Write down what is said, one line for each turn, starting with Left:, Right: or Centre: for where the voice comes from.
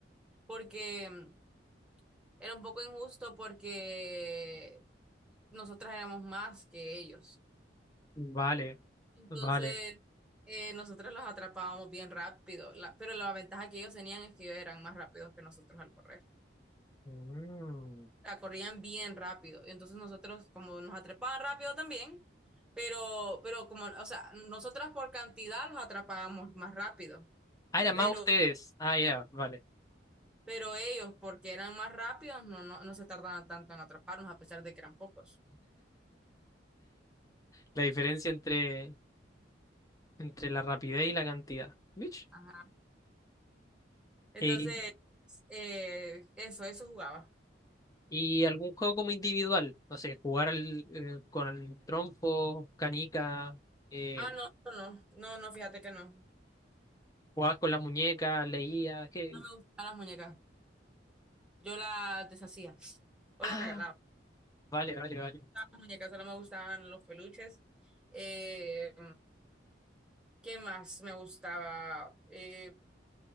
Centre: porque mm, era un poco injusto porque nosotras éramos más que ellos.
Left: Vale.
Centre: Entonces,
Left: Vale.
Centre: eh, nosotros los atrapábamos bien rápido, la- pero la ventaja que ellos tenían es que ellos eran más rápidos que nosotros al correr.
Left: Mm.
Centre: la corrían bien rápido. Y entonces nosotros, como nos atrapaban rápido también, pero, pero como, o sea, nosotras por cantidad los atrapábamos más rápido,
Left: Ah, eran
Centre: pero,
Left: más ustedes. Ah, ya, vale.
Centre: pero ellos, porque eran más rápidos, no, no, no se tardaban tanto en atraparnos, a pesar de que eran pocos.
Left: La diferencia entre, entre la rapidez y la cantidad. ¿Vich?
Centre: Ajá. Entonces,
Left: Eh,
Centre: eh, eso, eso jugaba.
Left: y algún juego como individual. No sé, jugar al, eh, con el trompo, canica, eh,
Centre: Ah, no, no, no, no, no, fíjate que no.
Left: jugabas con la muñeca, leías. ¿qué?
Centre: No me gustaban las muñecas. Yo las deshacía o
Left: Ah,
Centre: las regalaba.
Left: vale, vale, vale.
Centre: Las muñecas solo me gustaban los peluches. Eh, ¿qué más me gustaba? Eh,